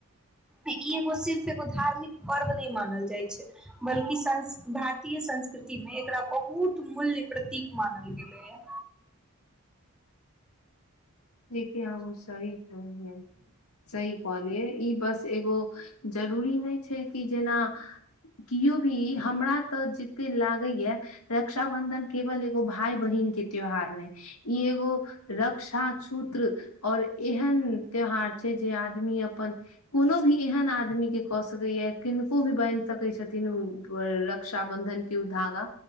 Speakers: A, in the centre; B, on the left.
A: ई एगो सिर्फ एगो धार्मिक पर्व नहि मानल जाइत छै बल्कि सं भारतीय संस्कृतिमे एकरा बहुत मूल्य प्रतीक मानल गेलै ह
B: जेक आ सही कहलै सही कहलियै ई बस एगो जरूरी नहि छै कि जेना केओ भी हमरा तऽ जते लागै या रक्षा बंधन केवल एगो भाय बहिन के त्योहार नहि ई एगो रक्षा सूत्र और एहन त्योहार छै जे आदमी अपन कोनो भी एहन आदमी के कऽ सकैय किनको भी बन्हि सकै छथिन रक्षा बंधन के उ धागा